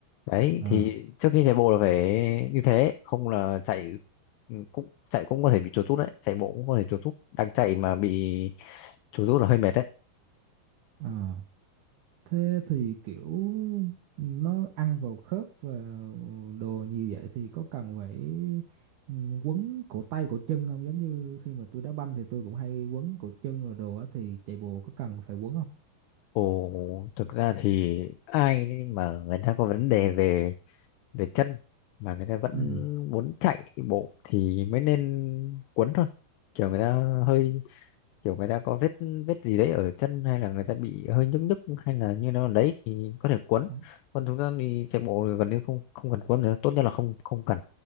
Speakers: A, on the left; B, on the right.
A: đấy
B: À,
A: thì trước khi chạy bộ là phải như thế không là chạy ừ, cũng chạy cũng có thể bị chuột rút đấy chạy bộ cũng có thể chuột rút đang chạy mà bị chuột rút là hơi mệt đấy
B: À. Thế thì kiểu nó ăn vào khớp và đồ nhiều vậy thì có cần phải ừm, quấn cổ tay cổ chân không? Giống như khi mà tôi đá banh thì tôi cũng hay quấn cổ chân rồi đồ á thì chạy bộ có cần phải quấn không?
A: ồ thực ra thì ai mà người ta có vấn đề về về chân mà người ta vẫn
B: Ừ.
A: muốn chạy bộ thì mới nên cuốn thôi kiểu người ta hơi kiểu người ta có vết vết gì đấy ở chân hay là người ta bị hơi nhức nhức hay là như nào đấy thì có thể cuốn
B: Đấy.
A: còn chúng ta đi chạy bộ thì gần như không không cần cuốn nữa tốt nhất là không không cần